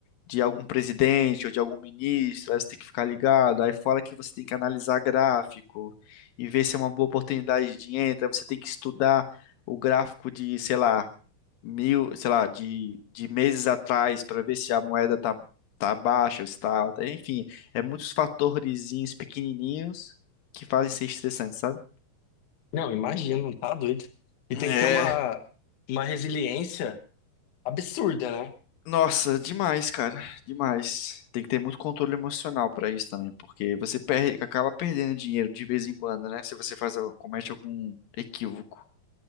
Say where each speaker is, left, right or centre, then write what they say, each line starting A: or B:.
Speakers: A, on the left; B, on the left.
A: de algum presidente ou de algum ministro, aí você tem que ficar ligado, aí fala que você tem que analisar gráfico e ver se é uma boa oportunidade de entra, aí você tem que estudar o gráfico de, sei lá, mil, sei lá, de, de meses atrás para ver se a moeda tá, tá baixa ou se tá alta, enfim, é muitos fatores pequenininhos que fazem ser estressante, sabe?
B: não, imagino, tá doido. E
A: É,
B: tem que ter uma, uma resiliência absurda, né?
A: nossa, demais, cara, demais. Tem que ter muito controle emocional pra isso também, porque você perde, acaba perdendo dinheiro de vez em quando, né? Se você faz, al- comete algum equívoco.